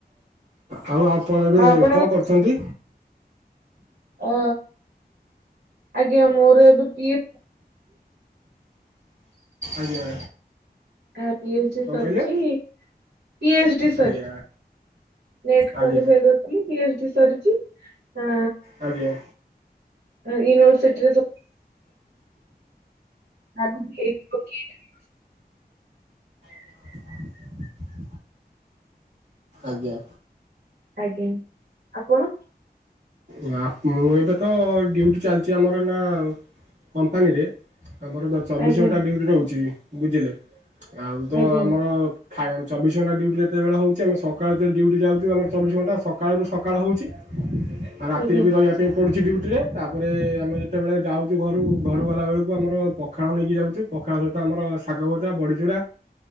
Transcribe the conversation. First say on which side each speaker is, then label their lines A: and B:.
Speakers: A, on the right; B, on the right.
A: ଆଉ ଆପ ଆପଣ ଏବେ
B: ଆଉ ଆପଣ
A: କଣ କରିଛନ୍ତି?
B: ଅ ଆଜ୍ଞା ମୋର ଏବେ ପିଏ
A: ଆଜ୍ଞା।
B: ଆ ପି ଏଚଡି
A: କ'ଣ
B: ସରିଛି।
A: କହିଲେ
B: ପିଏଚଡି ସାରିଚି
A: ଆଜ୍ଞା
B: ନେଟ କ୍ଵଲିଫାଇ
A: ଆଜ୍ଞା
B: କର ପି ଏଚଡି ସରିଛି ଆ
A: ହାଲୋ।
B: ୟୁନିଭର୍ ସିଟି ରେ ତୋ ଆଗକୁ ଏଇଠି ପକେଇଦେବି।
A: <inaudible> ଆଜ୍ଞା।
B: ଆଜ୍ଞା, ଆପଣ?
A: ନାଁ ମୁଁ ଏବେ ତ ଡିୟୁଟି ଚାଲିଛି ଆମର ଏନା ଆଉ। କମ୍ପାନୀ ରେ ଆମର ଦ ଚବିଶ୍
B: ଆଜ୍ଞା
A: ଘଣ୍ଟା ଡିୟୁଟି ରୋହୁଛି ବୁଝିଲେ। ଆଉ ତ
B: ଆଜ୍ଞା
A: ଆମର ଖୟାମ୍ ଚବିଶ୍ ଘଣ୍ଟା ଡିୟୁଟି ଯେତବେଳେ ହଉଚି ଆମେ ସକାଳେ ଜେତେଲେ ଡିଉଟି ଜାଉଚୁ ଆମର ଚବିଶ ଘଣ୍ଟା ସକାଳରୁ ସକାଳ ହଉଚି। ଆ ରାତିରେ
B: ଆଜ୍ଞା
A: ବି ରହିବା ପାଇଁ ପଡୁଚି ଡିୟୁଟି ରେ ତାପରେ ଆମେ ଯେତେବେଳେ ଯାଉଛୁ ଘରକୁ ଘରକୁ ଗଲାବେଳକୁ ଆମର ପଖାଳ ନେଇକି ଯାଉଛୁ। ପଖାଳ ସହିତ ଆମର ସାଗ ଭଜା, ବଢ଼ି ଚୁରା।